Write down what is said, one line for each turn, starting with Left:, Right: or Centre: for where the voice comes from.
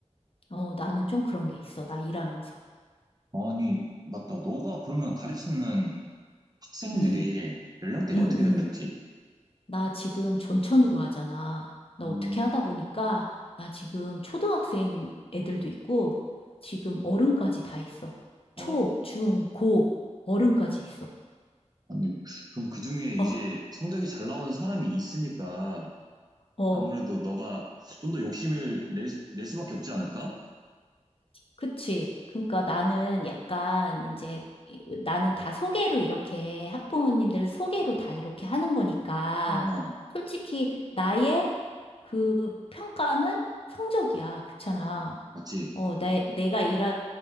Left: 어, 나는 좀 그런 게 있어. 나 일하면서.
Right: 아니 맞다 너가 그러면 가르치는 학생들이
Left: 음,
Right: 연령대가
Left: 음,
Right: 어떻게
Left: 음.
Right: 된다 했지?
Left: 나 지금 전천후로 하잖아. 나
Right: 음,
Left: 어떻게 하다 보니까, 나 지금 초등학생 애들도 있고, 지금 어른까지 다 있어. 초,
Right: 아,
Left: 중, 고, 어른까지 있어.
Right: 아니, 그럼 그중에 이제
Left: 어,
Right: 성적이 잘 나오는 사람이 있으니까
Left: 어.
Right: 아무래도 너가 좀 더 욕심을 낼, 수- 낼 수밖에 없지 않을까?
Left: 그치. 그러니까 나는 약간 이제 이- 나는 다 소개로 이렇게 학부모님들 소개로 다 이렇게 하는 거니까
Right: 아, 아,
Left: 솔직히 나의 그 평가는 성적이야. 그렇잖아.
Right: 맞지?
Left: 어, 내, 내가 일하는